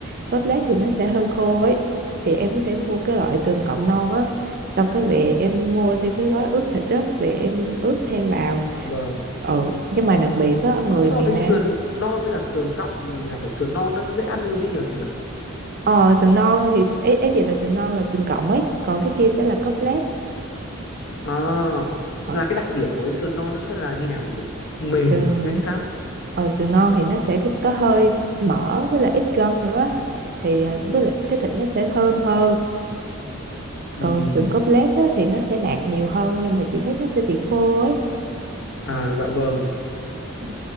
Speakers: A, on the right; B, on the left.
A: Cốt lết thì nó sẽ hơi khô ấy. Thì em có thể mua cái loại sườn cọng non á. Xong cái về em mua thêm cái gói ướp thịt á. Về em ướp thêm vào.
B: Dạ vâng
A: Ừ, nhưng mà đặc biệt á, người
B: so
A: miền
B: với
A: Nam.
B: sườn non với cả sườn cọng thì là phải sườn non nó dễ ăn hơn chứ nhiều chị nhỉ
A: Ờ, sườn non thì ấy ý gì là sườn non là sườn cọng ấy. Còn cái kia sẽ là cốt lết.
B: à,
A: Ờ,
B: là cái đặc điểm của cái sườn non nó sẽ là như nào chị nhỉ mềm
A: sườn
B: à hay sao
A: ờ sườn non thì nó sẽ cái- có hơi mỡ với lại ít gân nữa á. thì ờ, với lại cái thịt nó sẽ thơm hơn
B: Ừm,
A: còn sườn cốt lết á, thì nó sẽ nạc nhiều hơn nhưng mà chị thấy nó sẽ bị khô ấy
B: à dạ vâng
A: Ừ.